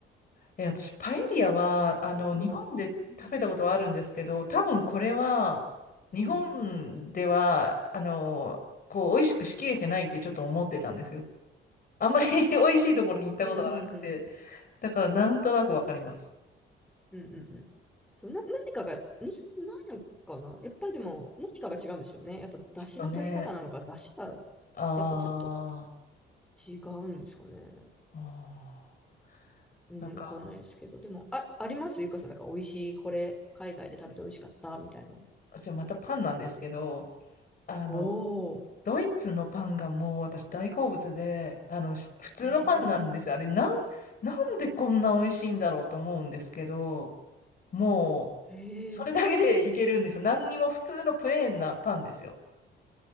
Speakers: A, on the left; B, in the centre.
A: え、私、パエリアは、あの、
B: そう、
A: 日本で食べたことはあるんですけど、
B: でも、うん、
A: 多分これは、日本では、
B: うん、
A: あの、こう、美味しくしきれてないってちょっと思ってたんですよ。あんまり <laughs> 美味しいところに行ったことがなくて。
B: うん、うん、うん、
A: だからなんとなくわかります。
B: なるほどうん、うん、うん。そう、な、何かが、な、ないのかな。やっぱりでも、何かが違うんでしょうね。やっぱ、出汁の取り方なのか、
A: ちょっとね、
B: 出汁が、
A: あ
B: やっぱちょっと
A: ー
B: 違うんですかね。
A: あ
B: うん、
A: ー、なんか、
B: わかんないですけど、でも、あ、ありますゆかさん、だから美味しい、これ、海外で食べて美味しかった、みたいなの。
A: 私またパンなんですけど、あの、
B: おー、
A: ドイツのパンがもう私大好物で、あの、し普通のパンなんですよ。
B: ええ
A: あれ、なん、なんでこんな美味しいんだろうと思うんですけど、もう、
B: ええ
A: それだけでいけるんですよ。何にも普通のプレーンなパンですよ。